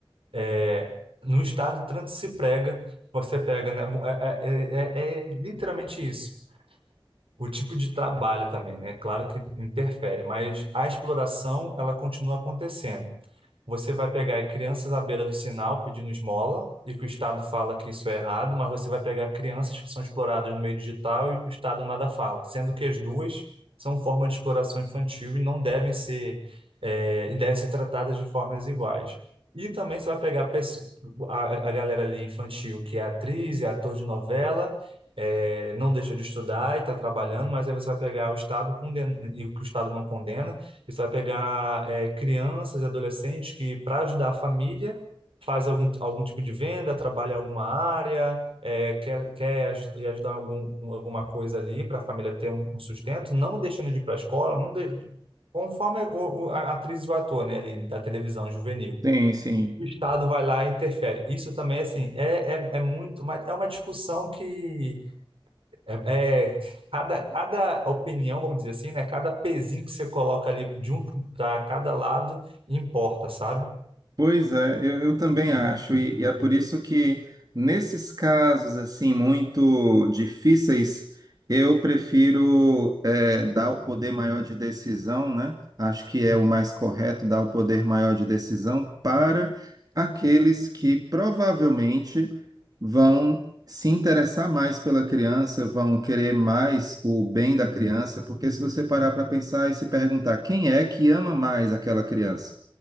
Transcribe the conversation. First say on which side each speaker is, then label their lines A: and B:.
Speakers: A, on the right; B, on the right.
A: é, no estado tanto se prega, você pega, né? É, é, é, é é literalmente isso. o tipo de trabalho também, né? Claro que interfere, mas a exploração ela continua acontecendo. Você vai pegar aí crianças à beira do sinal pedindo esmola e que o Estado fala que isso é errado, mas você vai pegar crianças que são exploradas no meio digital e que o Estado nada fala, sendo que as duas são forma de exploração infantil e não devem ser eh, e devem ser tratadas de formas iguais. E também você vai pegar pesso- a, a galera ali infantil que é atriz, é ator de novela é, não deixou de estudar e está trabalhando, mas aí você vai pegar o Estado condena, e o que o Estado não condena, e você vai pegar é, crianças e adolescentes que, para ajudar a família, faz algum, algum tipo de venda, trabalha em alguma área, é, quer, quer aj- ajudar em algum, alguma coisa ali para a família ter um, um sustento, não deixando de ir para a escola, não de- conforme o, o, a atriz vai ator, né, ali, da televisão juvenil.
B: Sim, sim.
A: O Estado vai lá e interfere. Isso também, assim, é, é, é muito... Mas é uma discussão que é, é, cada, cada opinião, vamos dizer assim, né? Cada pezinho que você coloca ali de um para cada lado importa, sabe?
B: Pois é, eu, eu também acho, e, e é por isso que nesses casos assim muito difíceis, eu prefiro é, dar o poder maior de decisão, né? Acho que é
A: Uhum.
B: o mais correto dar o poder maior de decisão para aqueles que provavelmente vão se interessar mais pela criança, vão querer mais o bem da criança, porque se você parar para pensar e se perguntar quem é que ama mais aquela criança?